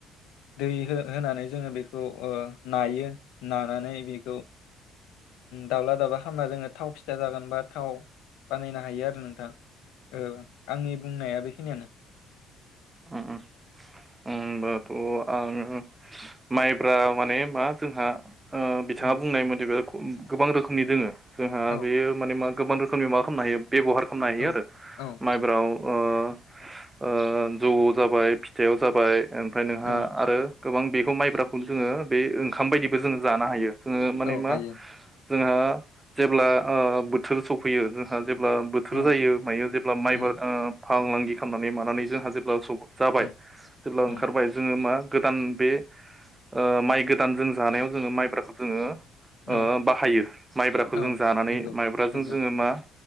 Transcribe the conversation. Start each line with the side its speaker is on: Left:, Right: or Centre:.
Left: दै होनानै जोङो बेखौ ओ नायो नानानै बे औ दाावला दाबा खालामना जोङो थाव फिा जागोन बा थावाव बानायना हायो आरो नोंथां ओ आंनि बुंनाया बेखिनियानो
Right: उम होनबाथ' आङो माइब्रा माने मा जोंहा ओ बिथाङा
Left: औ
Right: बुंनाय मथैबा गोबां रोखोमनि दोङो जोंहा
Left: औ
Right: बेयो माने मा गोबां रोखोमनि माबा खालामनो हायो बेब'हार खालामनो हायो
Left: औ
Right: आरो
Left: औ
Right: माइब्रायाव ओ जौआव जाबाय फिथाइयाव जाबाय ओमफ्राय नोंहा
Left: औ
Right: आरो गोबां बेखौ माइब्राखौनो जोङो बे ओंखाम बायदिबो जोङो जानो हायो। जों माने
Left: औ
Right: मा
Left: हायो
Right: जोंहा जेब्ला ओ बोथोर सफैयो जोंहा जेब्ला बोथोर
Left: औ
Right: जायो मायो जेब्ला माइबा
Left: उम
Right: फालांगि खालामनानै मानानै जोंहा जो <unintelligible> जाबाय
Left: उम
Right: जेब्ला ओंखारबाय
Left: उम
Right: जोङो मा गोदान बे ओ माइ गोदान जों जानायाव जोङो माइ ब्राखौ जोङो ओ
Left: औ
Right: बाहायो माइब्राखौ
Left: औ
Right: जों जानानै
Left: नंगौ
Right: माइब्राजों
Left: नंगौ
Right: जोङो मा